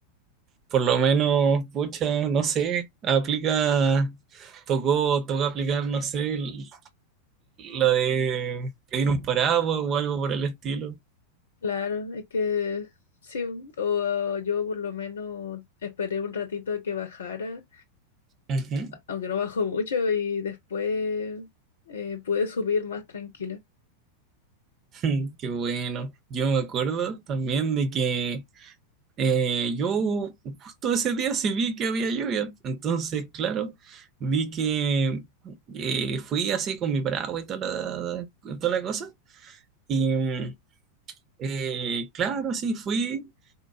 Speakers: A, on the right; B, on the left.
A: Por lo menos, pucha, no sé, aplica, tocó, tocó aplicar, no sé, l- la de pedir un paraguas o algo por el estilo.
B: claro, es que sí, o yo por lo menos esperé un ratito a que bajara,
A: Ujú.
B: aunque no bajó mucho y después eh, pude subir más tranquila.
A: <laughs> Qué bueno. Yo me acuerdo también de que Eh, yo justo ese día sí vi que había lluvia, entonces, claro, vi que eh, fui así con mi paraguas y toda la, toda la cosa, y mm, eh, claro, sí, fui